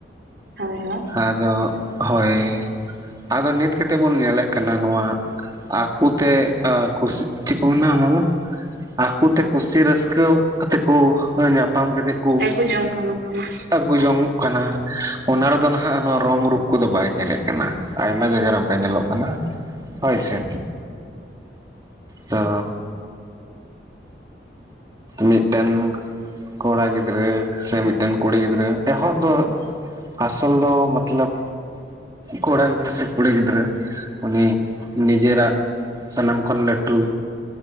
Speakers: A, on the right; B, on the right.
A: ᱦᱳᱭ, ᱦᱳᱭ᱾
B: ᱟᱫᱚ ᱦᱳᱭ, ᱟᱫᱚ ᱱᱤᱛ ᱠᱟᱛᱮᱫ ᱵᱚᱱ ᱧᱮᱞᱮᱫ ᱠᱟᱱᱟ ᱱᱚᱣᱟ ᱟᱠᱚ ᱛᱮ ᱠᱩᱥᱤ ᱪᱮᱫ ᱠᱚ ᱢᱮᱱᱟ ᱚᱱᱟ ᱫᱚ, ᱟᱠᱚ ᱛᱮ ᱠᱩᱥᱤ ᱨᱟᱹᱥ ᱠᱟᱹᱣ ᱠᱟᱛᱮᱫ ᱠᱚ ᱧᱟᱯᱟᱢ ᱠᱟᱛᱮᱜ ᱠᱚ
A: ᱮᱠᱩ ᱡᱚᱝ ᱠᱟᱱᱟ ᱦᱳᱭ
B: ᱟᱜᱩ ᱡᱚᱝ ᱠᱟᱱᱟ, ᱚᱱᱟ ᱨᱮ ᱫᱚ ᱱᱟᱦᱟᱜ ᱱᱚᱣᱟ ᱨᱚᱝ ᱨᱩᱯ ᱠᱚ ᱫᱚ ᱵᱟᱭ ᱧᱮᱞᱮᱫ ᱠᱟᱱᱟ, ᱟᱭᱢᱟ ᱡᱟᱭᱜᱟ ᱨᱮ ᱚᱱᱠᱟ ᱧᱮᱞᱚᱜ ᱠᱟᱱᱟ ᱦᱳᱭ ᱥᱮ᱾ ᱛᱚ ᱢᱤᱫᱴᱮᱱ ᱠᱚᱲᱟ ᱜᱤᱫᱽᱨᱟᱹ, ᱥᱮ ᱢᱤᱫᱴᱮᱱ ᱠᱩᱲᱤ ᱜᱤᱫᱽᱨᱟᱹ ᱮᱦᱚᱵ ᱫᱚ ᱟᱥᱚᱞ ᱫᱚ ᱢᱚᱛᱞᱟᱵ ᱠᱚᱲᱟ ᱜᱤᱫᱨᱟᱹ ᱥᱮ ᱠᱩᱲᱤ ᱜᱤᱫᱨᱟᱹ, ᱩᱱᱤ ᱱᱤᱡᱮᱨᱟᱜ ᱥᱟᱱᱟᱢ ᱠᱷᱚᱱ ᱞᱟᱹᱴᱩ,